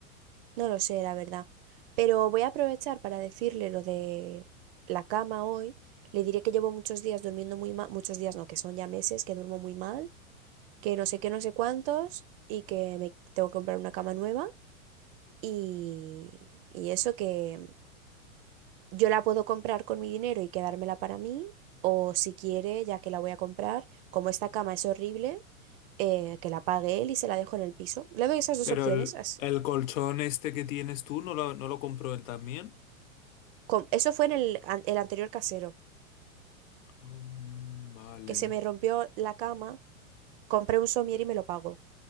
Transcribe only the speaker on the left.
Pero
el,
el colchón este que tienes tú, ¿no lo, no lo compró él también?
Mm, vale.